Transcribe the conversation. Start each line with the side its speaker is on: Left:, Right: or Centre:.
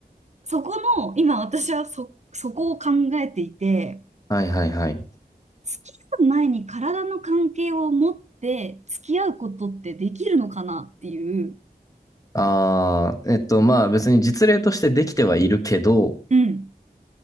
Right: そこの、今私はそ、そこを考えていて、
Left: はいはいはい。
Right: 付き合う前に体の関係を持って付き合うことってできるのかなっていう。
Left: ああ、えっと、まあ別に実例としてできてはいるけど、
Right: うん。